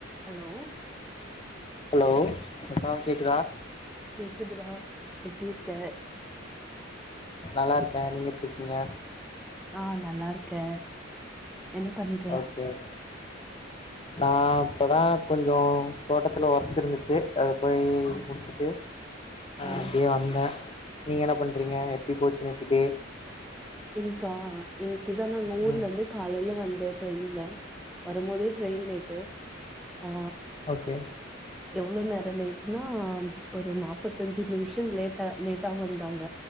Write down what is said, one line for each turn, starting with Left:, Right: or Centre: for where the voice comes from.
Centre: Hello
Left: hello அக்கா கேக்குதா
Centre: கேக்குதுறா எப்டி இருக்க
Left: நல்லா இருக்கே நீங்க எப்டி இருக்கீங்க
Centre: ஆ நல்லா இருக்கே என்ன பண்ணி
Left: ஓகே ஒகே நா இப்ப தா கொஞ்ச தோட்டத்தில ஒர்க் இருந்துச்சி அது போய்
Centre: ஆ
Left: முடிச்சிட்டு
Centre: ஆ
Left: அப்டியே வந்தே நீங்க என்ன பண்றீங்க எப் எப்டி போச்சி இன்னைக்கு டே
Centre: இன்னிக்கா இன்னிக்கு தா நாங்க ஊர்ல
Left: ம்
Centre: இருந்து காலையில வந்தோ ட்ரெயின்ல வரம்போதே ட்ரெயின் லேட்டு ஆ
Left: ஓக்கே
Centre: எவ்ளோ நேரம் லேட்டுனா ஒரு நாப்பத்தஞ்சு நிமிஷோ லேட்டா லேட்டா வந்தாங்க